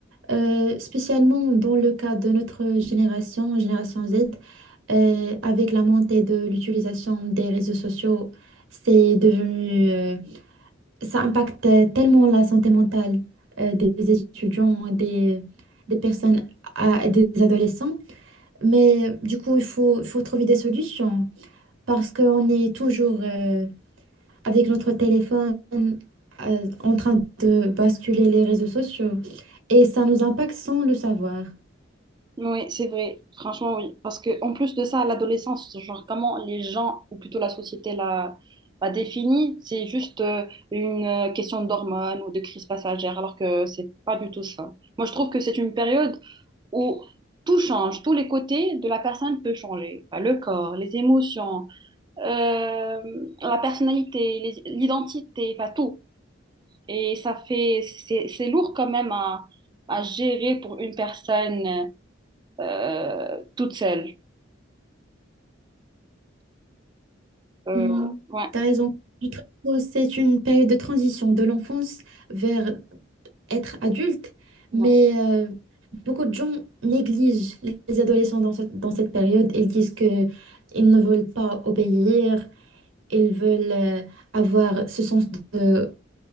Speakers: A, on the right; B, on the right.
A: Euh, spécialement dans le cas de notre génération, génération Z, euh, avec la montée de l'utilisation des réseaux sociaux, c'est devenu, euh, ça impacte tellement la santé mentale, euh, des étudiants, des, des personnes, à- des adolescents. Mais du coup, il faut, il faut trouver des solutions parce qu'on est toujours, euh, avec notre téléphone euh, en train de basculer les réseaux sociaux. Et ça nous impacte sans le savoir.
B: Oui, c'est vrai, franchement oui. Parce que en plus de ça, l'adolescence, genre comment les gens, ou plutôt la société la, la définit, c'est juste euh, une euh, question d'hormones ou de crise passagère, alors que c'est pas du tout ça. Moi, je trouve que c'est une période où tout change, tous les côtés de la personne peut changer. Enfin, le corps, les émotions euh, la personnalité, les- l'identité, pas tout. Et ça fait, c'est, c'est lourd quand même à, à gérer pour une personne euh, toute seule. Euh,
A: Hmm,
B: ouais,
A: t'as raison. Je trouve que c'est une période de transition de l'enfance vers être adulte,
B: ouais.
A: mais euh, beaucoup de gens négligent les adolescents dans cette, dans cette période. Ils disent que ils ne veulent pas obéir, ils veulent euh, avoir ce sens de